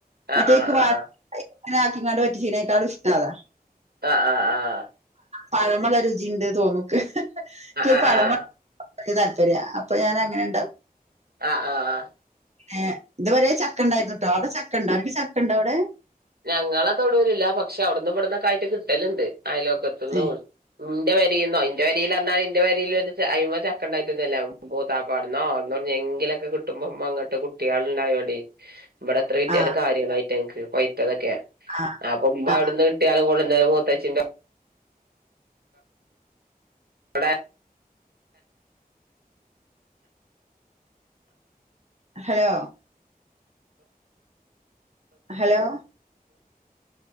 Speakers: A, on the right; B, on the right.
A: മറ്റേക്ക്
B: ആഹ് ആഹ് ആഹ്
A: ങ്ങനെ ആക്കിങ്ങാണ്ട് പറ്റ ചീനേക്കാളും ഇഷ്ടതാ
B: ആ ആ ആ
A: പഴമള്ള രുചിണ്ട് തോന്നൂക്ക് ക്ക് ഈ
B: ആഹ് ആഹ് ആഹ് ആഹ് ആഹ്
A: പഴമ
B: ആഹ്
A: താല്പര്യം അപ്പൊ ഞാന അങ്ങനെ ണ്ടാക്കും
B: ആ ആ ആ
A: ഏ ഇതുവരെ ചക്ക ണ്ടായിരുന്നു ട്ടോ അവിടെ ചക്ക ണ്ടോ അനക്ക് ചക്ക ണ്ടോ അവടെ
B: ഞങ്ങളെ തൊടുലില്ല പക്ഷെ അവിടുന്ന് ഇവിടുന്ന കായിട്ട കിട്ടലുണ്ട് അയലോക്കെ എത്തുന്നു
A: ഏ,
B: ന്റെ പേ രിന്നോ ന്റെ വരിൽ അറഞ്ഞാല് ന്റെ വരിൽ അ്മ ചക്കണ്ടായിട്ടൊന്നല്ല മൂത്താപ്പാടന്നോ അവടന്നെവടന്നെ ക്കെ കിട്ടുമ്പോ മ്മ ങ്ങട്ട് കുട്ടിആൾണ്ടായോണ്ടേ ഇവിടെ എത്ര കിട്ടിയാലും
A: ആ
B: കാര്യങ്ങളായിറ്റങ്ങക്ക് പൈറ്റതൊക്കെ
A: ആ
B: അപ്പൊ മ്മ
A: ആ
B: അവിടുന്ന് കിട്ടിയാലും കൊ ന്നലെ മൂത്തച്ചി ന്റോ അടെ
A: ഹലോ ഹലോ